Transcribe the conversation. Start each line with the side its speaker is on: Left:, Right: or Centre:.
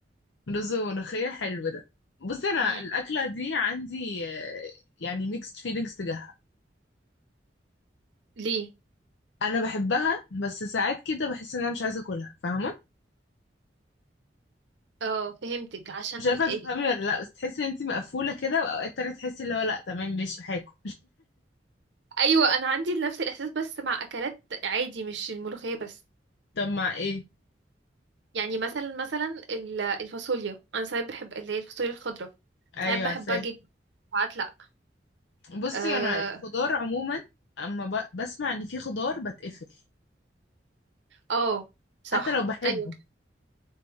Left: رز وملوخية حلو ده بصي أنا
Right: مم.
Left: الأكلة دي عندي آه، يعني ميكست فيلينجز تجاهها
Right: ليه
Left: أنا بحبها بس ساعات كده بحس إن أنا مش عايزة أكلها فاهمة؟
Right: اه فهمتك عشان
Left: مش عارفة
Right: ايه
Left: تفهمي ولا لأ بس تحسي إن انتي مقفولة كده وأوقات تانية تحسي اللي هو لأ تمام ماشي هاكل
Right: ايوه انا عندي نفس الاحساس بس مع اكلات عادي مش الملوخية بس
Left: <laughs> طب مع ايه؟
Right: يعني مثلا مثلا ال- الفاصوليا انا ساعات بحب اللي هي الفاصوليا الخضراء
Left: أيوه
Right: ساعات بحبها
Left: عارفاه
Right: جدا ساعات لا
Left: بصي
Right: اه
Left: انا الخضار عموما اما ب... بسمع ان في خضار بتقفل
Right: آه، صح
Left: حتى لو بحبه
Right: ايوه